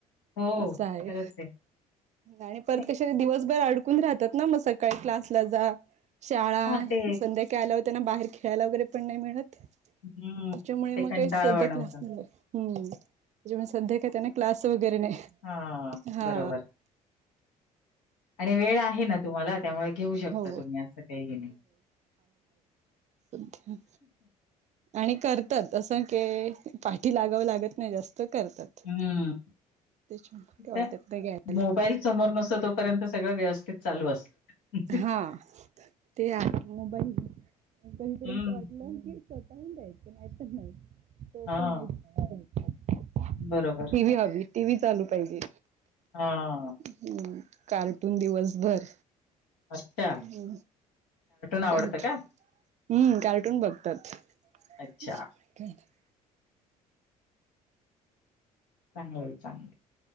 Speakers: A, on the left; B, on the right.
A: हो,
B: असं आहे.
A: खरंच
B: आणि परत
A: नाही
B: कशाला दिवसभर अडकून राहतात ना मग सकाळी क्लासला जा शाळा
A: हां, ते
B: संध्याकाळी आल्यावर त्यांना बाहेर खेळायला वगैरे पण नाही मिळत. त्याच्यामुळे
A: हं, ते
B: मग
A: कंटाळवाणं
B: काही सध्या क्लास
A: होतं.
B: ना हम जेव्हा संध्याकाळी त्यांना क्लास वगैरे नाही
A: हा हाहा
B: हा
A: बरोबर अरे वेळ आहे ना तुम्हाला त्यामुळे घेऊ शकता
B: हो
A: तुम्ही असं काहीही नाही.
B: सख्या. आणि करतात असं के पाठी लागावं लागत नाही जास्त करतात.
A: हं,
B: त्याच्या <unintelligible>
A: तर
B: घ्यायला
A: मोबाईल
B: <unintelligible>
A: समोर नसतो तोपर्यंत सगळं व्यवस्थित चालू असतं ह
B: हा ते आहे मोबाईल बंद करून
A: हं,
B: <unintelligible> आ स्वतःहून द्यायचं नाही तर नाही. हो
A: हां,
B: तर नाहीच करायचं.
A: बरोबर.
B: टी व्ही हवी टी व्ही चालू पाहिजे
A: हां,
B: हम. कार्टून दिवसभर.
A: अच्छा
B: हु
A: आवडतं
B: कार्टून
A: का?
B: हु कार्टून बघ तत <unintelligible>
A: अच्छा, चांगलं हो चांगलं <unintelligible>